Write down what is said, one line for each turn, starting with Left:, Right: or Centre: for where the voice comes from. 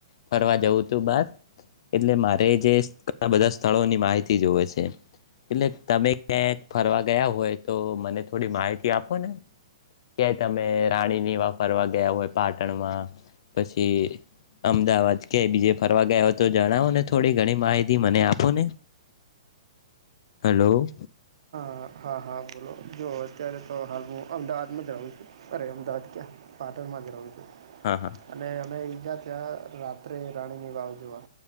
Left: ફરવા જવું તું બાર. એટલે મારે જે ઘણા બધા સ્થળોની માહિતી જોવે છે. એટલે તમે ક્યાંક ફરવા ગયા હોય તો મને થોડી માહિતી આપો ને. ક્યાય તમે રાણીની વા ફરવા ગયા હોય પાટણમાં પછી. અમદાવાદ કે બીજે ફરવા ગયા હોય તો જણાવો ને થોડી ઘણી માહિતી મને આપો ને. હલો.
Right: હ હા હા બોલો જોુ અત્યારે તો હાલ હું અમદાવાદમાં જ રહું છું અરે અમદાવાદ ક્યાં. માં જ રહ છું
Left: હા હા
Right: અને અમે ઈજા ત્યાં રાત્રે રાણીની વાવ જોવા.